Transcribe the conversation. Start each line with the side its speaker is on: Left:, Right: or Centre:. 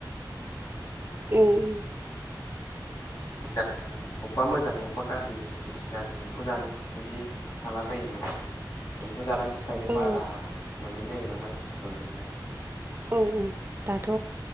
Right: उम
Left: दा जों <unintelligible> अबेबा मोजां अबेबा गाज्रि ससे गाज्रि एम्फौ जानाय बिदि थाला बायो ना एम्फौ जानायनि थाखायनो बारा
Right: औ
Left: मोननो नागिरा माइफोरखौनो नोंथां
Right: औ औ दाथ'